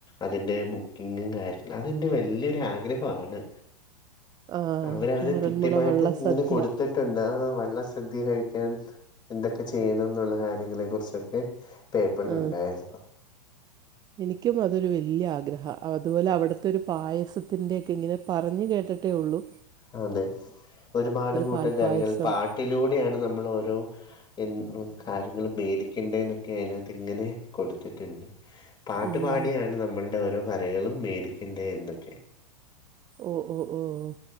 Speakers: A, on the left; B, on the right.
A: അതിന്റെ ബുക്കിങ്ങും കാര്യങ്ങളും അതെന്റെ വല്യൊരു ആഗ്രഹവാണ്.
B: ആ
A: അവരത്
B: ആറന്മുള
A: കൃത്യമായിട്ട്
B: വള്ള
A: ഇങ്ങനെ
B: സദ്യ
A: കൊടുത്തിട്ടുണ്ട് ആഹ് വള്ള സദ്യ കഴിക്കാൻ. എന്തൊക്കെ ചെയ്യണന്നുള്ള കാര്യങ്ങളെ കുറിച്ചൊക്കെ പേപ്പറിലൊണ്ടായിരുന്നു.
B: ആ, എനിക്കും അതൊരു വെല്യ ആഗ്രഹാ അതുപോലെ അവിടുത്തെ ഒരു പായസത്തിൻ്റെയെക്കെ ഇങ്ങനെ പറഞ്ഞ് കേട്ടിട്ട് ട്ടേ ഒള്ളൂ
A: ആഹ് അതെ ഒരുപാട് കൂട്ടം
B: പാൽപ്പായസം
A: കറികൾ പാട്ടിലൂടെയാണ് നമ്മൾ ഓരോ എൻ ഉം കാര്യങ്ങള് മേടി ക്കെണ്ടേന്നൊക്കെ അതിനാത്ത് ഇങ്ങനെ കൊടുത്തിട്ടുണ്ട് പാട്ടുപാടിയാണ്
B: ഉം,
A: നമ്മൾടെ ഓരോ കറികളും മേടിക്കണ്ടേ എന്നൊക്കെ
B: ഓഹ് ഓഹ് ഓഹ്